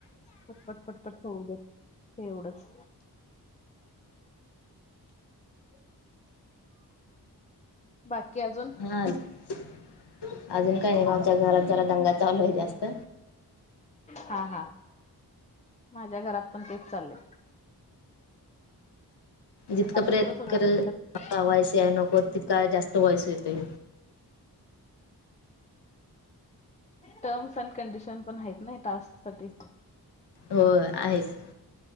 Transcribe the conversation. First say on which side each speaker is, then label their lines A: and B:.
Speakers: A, on the left (about 20°); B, on the left (about 80°).
A: पटपट पटपट होऊ द हे एवढंच बाकी अजून
B: हा अजून काही नाही आमच्या घरात जरा दंगा चालू आहे जास्त
A: हा हा माझ्या घरात पण तेच चालले
B: जितका प्रयत्न
A: पुढे सगळे
B: करेल
A: सुटलेत
B: वाॉस नको तितका जास्त वाॉईस येतोय
A: टर्म्स अनड कंडिशन पण आहेत नाही टास्क साठी
B: हो आहेच